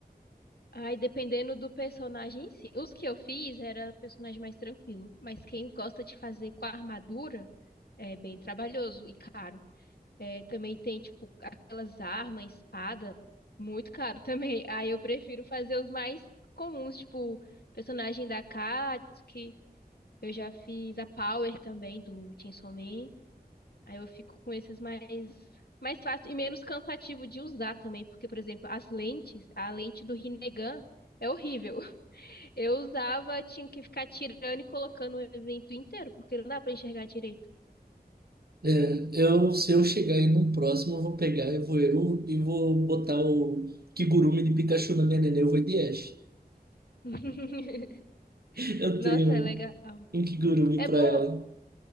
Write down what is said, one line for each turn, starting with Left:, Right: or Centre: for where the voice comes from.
Left: Ai, dependendo do personagem em si. Os que eu fiz era personagem mais tranquilo, mas quem gosta de fazer com a armadura é bem trabalhoso e caro. É, também tem, tipo, aquelas armas, espada, muito caro <laughs> também. Aí eu prefiro fazer os mais comuns, tipo, personagem da Katsuki, eu já fiz a Power também do Chainsaw Man. Aí eu fico com esses mais mais fácil e menos cansativo de usar também, porque, por exemplo, as lentes, a lente do Rinnegan é horrível. Eu usava, tinha que ficar tirando e colocando o evento inteiro, porque não dá pra enxergar direito.
Right: É, eu, se eu chegar aí no próximo, eu vou pegar, eu vou eu e vou botar o Kigurumi de Pikachu na minha nenê, eu vou de Ash.
Left: <laughs>
Right: <laughs> Eu
Left: Nossa,
Right: tenho
Left: é legal.
Right: um Kigurumi
Left: É
Right: pra
Left: bom,
Right: ela.